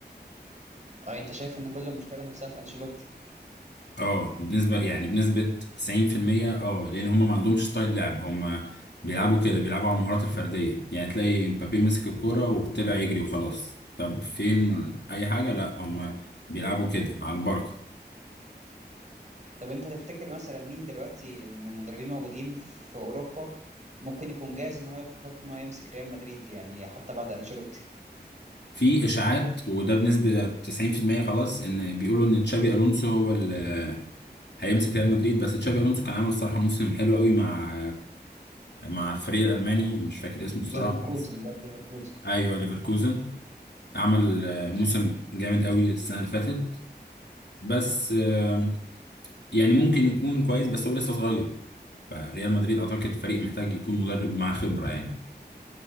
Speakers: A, on the right (about 40°); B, on the left (about 75°).
A: اه انت شايف ان كل المشكله نفسها في انشيلوتي
B: اه بنسبة يعني بنسبة 90% اه لأن هم ما عندهمش ستايل لعب هم بيلعبوا كده بيلعبوا على المهارات الفردية يعني تلاقي مبابي مسك الكورة وطلع يجري وخلاص طب فين أي حاجة لا هم بيلعبوا كده على البركة
A: طب انت تفتكر مثلا مين دلوقتي من المدربين موجودين في اوروبا ممكن يكون جاهز ان هو ياخد خطوه ان هو يمسك ريال مدريد يعني حتى بعد انشيلوتي
B: في إشاعات وده بنسبة 90% خلاص إن بيقولوا إن تشابي ألونسو هو اللي هيمسك ريال مدريد بس تشابي ألونسو كان عامل الصراحة موسم حلو قوي مع مع الفريق الالماني مش فاكر اسمه الصراحه
A: ليفركوزن
B: بس
A: بقى ليفركوزن
B: ايوه ليفركوزن عمل آه، موسم جامد قوي السنه اللي فاتت بس آه، يعني ممكن يكون كويس بس هو لسه صغير فريال مدريد اعتقد فريق محتاج يكون مدرب معاه خبره يعني